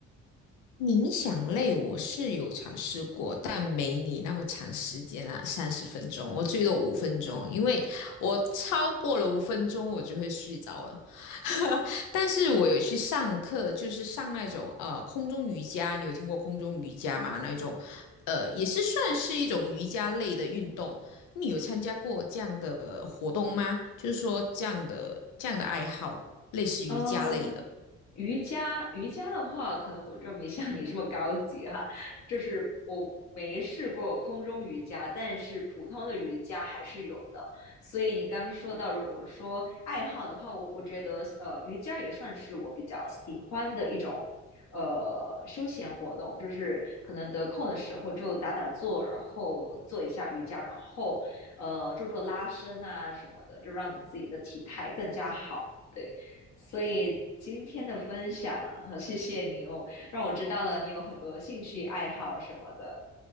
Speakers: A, on the left (about 80°); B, on the left (about 65°).
A: 冥想类我是有尝试过，但没你那么长时间啦，三十分钟，我最多五分钟，因为我超过了五分钟我就会睡着了。<laughs> 但是我有去上课，就是上那种呃空中瑜伽，你有听过空中瑜伽吗？那种呃也是算是一种瑜伽类的运动。你有参加过这样的活动吗？就是说这样的这样的爱好，类似瑜伽类的。
B: 嗯，瑜伽，瑜伽的话，可能我就没像你这么高级哈，就是我没试过空中瑜伽，但是普通的瑜伽还是有的。所以你刚刚说到，如果说爱好的话，我我觉得呃，瑜伽也算是我比较喜欢的一种呃休闲活动，就是可能得空的时候就打打坐，然后做一下瑜伽，然后呃做做拉伸啊什么的，就让你自己的体态更加好。对。所以今天的分享和谢谢你哦，我让我知道了你有很多兴趣爱好什么的。